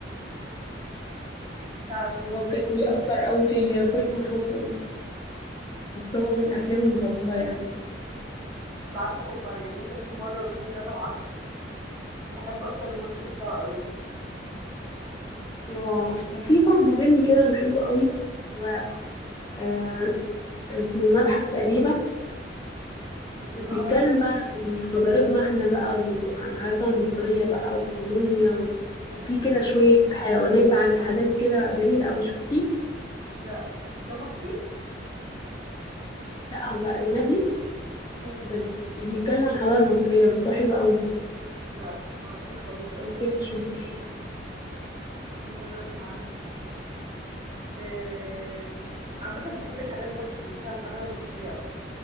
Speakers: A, on the right (about 20°); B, on the left (about 20°).
A: مش عارفة
B: هو
A: بس
B: بجد بيأثر قوي فيا كل ما اشوفه بس هو من أفلامي المفضلة يعني
A: باعشقه فعلًا يعني ممكن أشوفه مرّة و2 و3 و10، باحب أصلًا الممثل بتاعه أوي،
B: اه كان في برضه فيلم كده أنا بحبه قوي هو آه اسمه المتحف تقريبا
A: إمم،
B: بيتكلم
A: عربي
B: بقى عن حضارتنا احنا بقى وعن حضارتنا المصرية بقى والموميا و... وفي
A: بيمثّل
B: كده
A: فيه.
B: شوية حيوانات على حاجات كده جميلة أوي شفتيه
A: لأ، ده مصري؟
B: لا هو أجنبي
A: إمم.
B: بس بيتكلم عن الحضارة المصرية بس هو حلو أوي
A: لأ، ما أعرفوش خالص، ده أول
B: ممكن
A: مرّة أسمع
B: تشوفيه
A: أول مرّة أسمع عنه. آآ، عامةً باحب الحاجات برضه اللي فيها الحضارة المصرية أوي،